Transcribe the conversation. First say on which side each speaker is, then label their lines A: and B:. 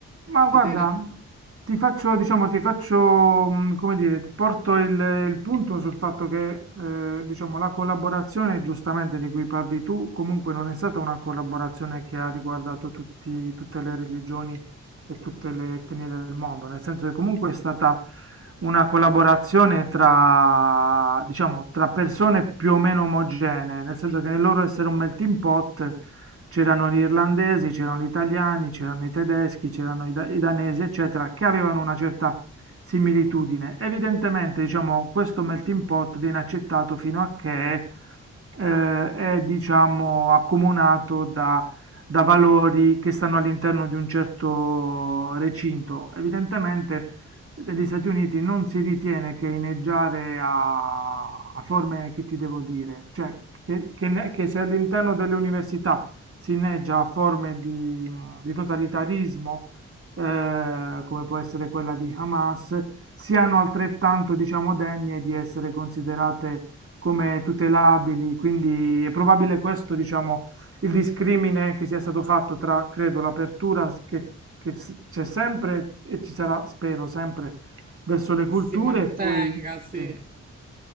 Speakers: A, on the right; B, on the right.
A: Ma
B: vedere
A: guarda, ti faccio, diciamo, ti faccio, mh, come dire, ti porto il, il punto sul fatto che, eh, diciamo, la collaborazione, giustamente, di cui parli tu, comunque non è stata una collaborazione che ha riguardato tutti- tutte le religioni e tutte le etnie del mondo, nel senso che comunque è stata una collaborazione tra, diciamo, tra persone più o meno omogenee, nel senso che nel loro essere un melting pot c'erano gli irlandesi, c'erano gli italiani, c'erano i tedeschi, c'erano i, da- i danesi, eccetera, che avevano una certa similitudine. Evidentemente, diciamo, questo melting pot viene accettato fino a che eh, è, diciamo, accomunato da, da valori che stanno all'interno di un certo recinto. Evidentemente, negli Stati Uniti non si ritiene che inneggiare a, a forme che ti devo dire, cioè che, che ne- che se all'interno delle università si inneggia a forme di, di totalitarismo, eh, come può essere quella di Hamas, siano altrettanto, diciamo, degne di essere considerate come tutelabili. Quindi è probabile questo, diciamo, il discrimine che sia stato fatto tra, credo, l'apertura che, che s- c'è sempre e ci sarà, spero, sempre verso le
B: che
A: culture
B: si mantenga,
A: e poi...
B: sì.
A: Sì.